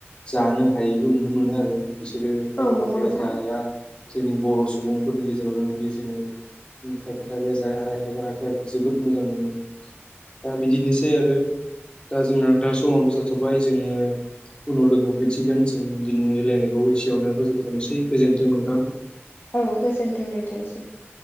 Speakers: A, on the left (about 20°); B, on the left (about 50°).
A: जानो हायैखौ नुनो मोनो आरो बिसोरो खायफा
B: औ नंगौ
A: खायफाया
B: नोंथां
A: जाया जोंनि बर' सुबुंफोरनि गेजेरावनो नुयो जोङो खायफा खायफाया खायफा खायफाया जोबोद मोजां मोनो दा बिदिनोसै आरो दा जोंना नथाङा समाबबो जाथ'बाय जोङो उनाव लोगो हफिन्थिगोन जों दिनै रायलायनायखौ एसेयावनो फोजोबथ'नोसै गोजोन्थों नोंथां ।
B: औ गोजोन्थों नोंथांनिसिम ।